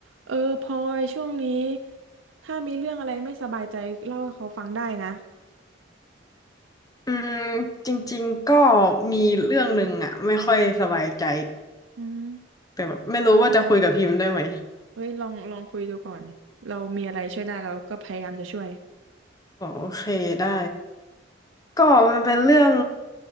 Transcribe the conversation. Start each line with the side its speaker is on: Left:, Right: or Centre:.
Right: เออพลอยช่วงนี้ถ้ามีเรื่องอะไรไม่สบายใจเล่าให้เขาฟังได้นะ
Left: อืมจริงๆก็มีเรื่องหนึ่งอ่ะไม่ค่อยสบายใจ
Right: อืม
Left: แต่แบบไม่รู้ว่าจะคุยกับพิมพ์ได้ไหม
Right: เฮ้ยลองลองคุยดูก่อนเรามีอะไรช่วยได้เราก็พยายามจะช่วย
Left: อ๋อโอเคได้ก็มันเป็นเรื่อง